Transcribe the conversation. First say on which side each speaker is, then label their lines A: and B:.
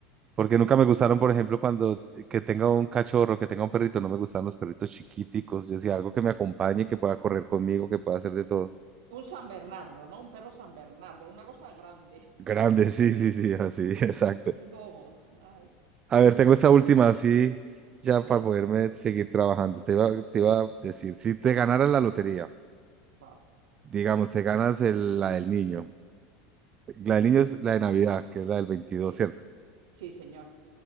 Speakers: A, on the right; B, on the right.
A: Porque nunca me gustaron, por ejemplo, cuando que tenga un cachorro, que tenga un perrito, no me gustaban los perritos chiquiticos. Yo decía algo que me acompañe, que pueda correr conmigo, que pueda hacer de todo.
B: Un San Bernardo, ¿no? Un perro San Bernardo, una cosa grande.
A: Grande, sí, sí, sí, así, <laughs> exacto.
B: Un dogo. Ay.
A: A ver,
B: Sí.
A: tengo esta última así, ya
B: A ver,
A: para poderme seguir trabajando. Te iba, te iba a decir, si te ganara la lotería.
B: wow.
A: digamos, te ganas el- la del niño. La del niño es la de Navidad, que es la del veintidós
B: Sí,
A: ¿cierto?
B: sí, señor.